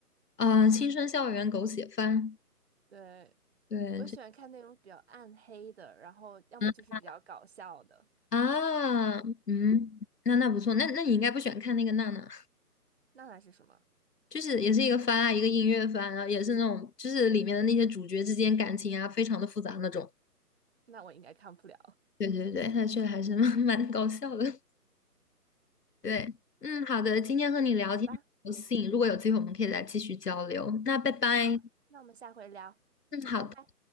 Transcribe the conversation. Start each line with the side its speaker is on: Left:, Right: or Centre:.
Left: 啊、呃青春校园狗血番，
Right: <laughs> 对，
Left: 对这
Right: 我喜欢看那种比较暗黑的，然后要么就是比较搞笑的。
Left: 嗯啊嗯，那那不错，那那你应该不喜欢看那个娜娜，
Right: 那那是什么？
Left: 就是也是一个番啊，一个音乐番啊，也是那种就是里面的那些主角之间感情啊，非常的复杂那种，
Right: 那我应该看不了。
Left: 对对对，那确实还是蛮蛮搞笑的，对，嗯，好的，今天和你聊天很高兴，
Right: 好吧，
Left: 如果有机会我们可以再继续交流。那拜拜，
Right: 好，那我们下回聊，
Left: 嗯，好的。
Right: 拜拜。